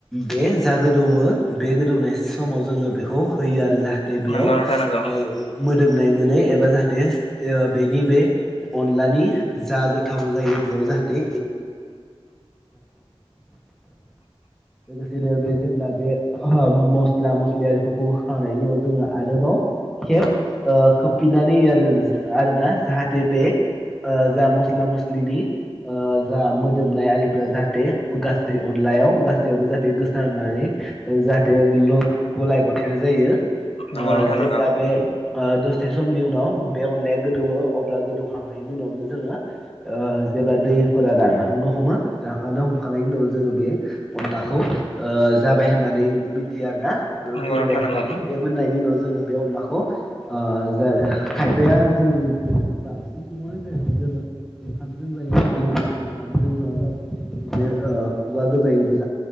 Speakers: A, in the centre; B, on the left.
A: बे जा गोदौवो बे गोदौनाय समाव जोङो बेखौ होयो आरो जाहाथे बेयाव
B: नंगौ नोंथां नंगौ
A: ओ मोदोमनाय मोनो एबा जाहाथे ओ बेनि बे अनलानि जा गोथाव जायो बेयाव जाहाथे लोगोसेनो बे जेब्ला बे मस्ला मस्लि आरिफोरखौ होखांनायनि उनाव जोङो आरोबाव खेब ओ खोबफिननानै आरो आरोदा जाहाथे बे ओ जा मस्ला मस्लिनि ओ जा मोदोमनाय आरिफोरा जाहाथे गासै अनलायाव गा- सैयावबो जाहाथे गोसारनानै जाहाथे गलाय गथाय जायो आ
B: नंगौ नोंथां नंगौ
A: जेब्ला बे दसे समनि उनाव बे अनलाया गोदौवो अब्ला गोदौखांनायनि उनावनो जोङो ओ जेब्ला दैफोरा रानहांनो हमो रानहांनो हमखांनायनि उनाव जोङो बे अनलाखौ ओ जाबाय होननानै मिथियो आरो ना
B: नंगौ
A: मोनबाय
B: नोंथां नंगौ नोंथां
A: होननानै
B: नंगौ नोंथां नंगौ
A: बे मोननायनि उनाव जोङो बे अनलाखौ ओ खायफाया जोङो बांसिन सुबुङानो जाय ओंखामजों जायो लोगोसेनो ओंखामजों नङाब्ला बो ओरैनो ओ खुगा गोजायै